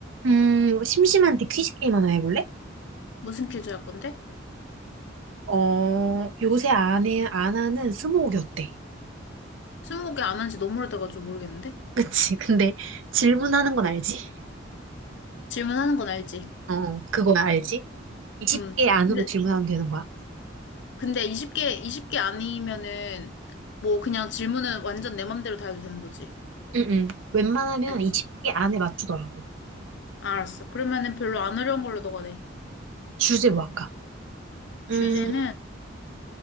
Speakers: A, on the right; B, on the left.
A: 음, 뭐 심심한데 퀴즈 게임 하나 해볼래?
B: 무슨 퀴즈 할 건데?
A: 어, 요새 안 해, 안 하는 스무고개 어때?
B: 스무 개 안 한지 너무 오래돼가지고 모르겠는데?
A: 그치. <laughs> 근데 질문하는 건 알지?
B: 질문하는 건 알지?
A: 어, 그거야, 알지? 20개
B: 음.
A: 안으로
B: 근데,
A: 질문하면 되는 거야.
B: 근데 20개, 20개 아니면은, 뭐, 그냥 질문은 완전 내 맘대로 다 해도 되는 거지.
A: 응, 응. 웬만하면
B: 알겠어.
A: 20개 안에 맞추더라고.
B: 알았어. 그러면은 별로 안 어려운 걸로 너가 내.
A: 주제 뭐 할까? 음,
B: 주제는,